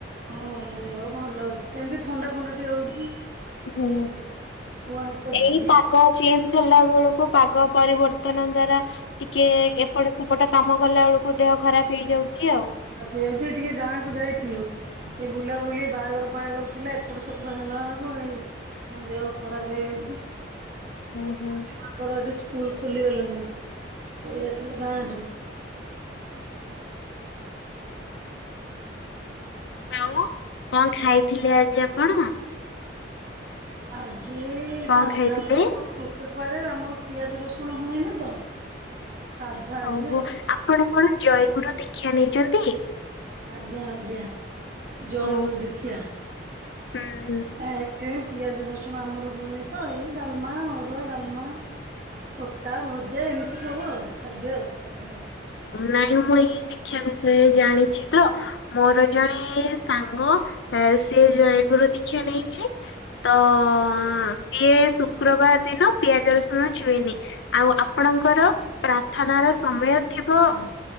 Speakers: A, on the right (about 45°); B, on the left (about 70°).
A: ହଁ ଦେହ ଭଲ ଅଉଛି ସେମିତି ଥଣ୍ଡା ଫଣ୍ଡା ଟିକେ ହଉଛି।
B: ହୁଁ
A: ଏଇ ଜି ଛୁଆଙ୍କ
B: ଏଇ
A: ଜି
B: ପାଗ ଚେଞଜ ହେଲା ବେଳକୁ। କୁ ପାଗ ପରିବର୍ତ୍ତନ ଦ୍ଵାରା ଟିକେ ଏପଟ ସେପଟ କାମ କଲା ବେଳକୁ ଦେହ ଖରାପ ହେଇଯାଉଛି ଆଉ।
A: ହଉଛି ଟିକେ ଗାଁ କୁ ଯାଇଥିଲୁ ଏଇ ବୁଲାବୁଲି ବାହାଘର ଫହାଘର ଥିଲା ଏପଟ ସେପଟ ହେଲା ବେଳକୁ ଏଇ ମୋ ଦେହ ଖରାପ ହେଇଯାଉଛି।
B: ହୁଁ ହୁଁ
A: ପମାଙ୍କରଠି ସ୍କୁଲ ଖୋଲିଗଲାଣି ପଢି ଆସିଲୁ ଗାଁ ରୁ।
B: ଆଉ କଣ ଖାଇଥିଲେ ଆଜି ଆପଣ?
A: ଆଜି
B: କଣ
A: ସାଧା
B: ଖାଇଥିଲେ?
A: ତ ରେ ଆମର ପିଆଜ ରସୁଣ ହୁଏନି ତ ସାଧା ଆଜି
B: ଓହୋ
A: ଆଉ
B: ଆପଣ କଣ ଜୟଗୁରୁ ଦୀକ୍ଷା ନେଇଛନ୍ତି?
A: ଆଜ୍ଞା ଆଜ୍ଞା ଜୟଗୁରୁ
B: ଓ
A: ଦୀକ୍ଷା।
B: ହୁଁ
A: ଏ ପିଆଜ ରସୁଣ ଆମର ହୁଏନି ତ ଏଇ ଡାଲମା ଅରୁଆ, ଡାଲମା। ଖୋଟା ଭଜା ଏମିତି ସବୁ ଆଉ ଖାଦ୍ୟ ଆଉ ସାଧା ଆଉ।
B: ନାଇଁ ମୁଁ ଏଇ ଦୀକ୍ଷା ବିଷୟରେ ଜାଣିଛି ତ ମୋର ଜଣେ ସାଙ୍ଗ ସିଏ ଦୀକ୍ଷା ନେଇଛି ତ ସି ଶୁକ୍ରବାର ଦିନ ପିଆଜ ରସୁଣ ଚୁଇନି ଆଉ ଆପଣଙ୍କର ପ୍ରାର୍ଥନ ର ଥିବ
A: ଆଉ।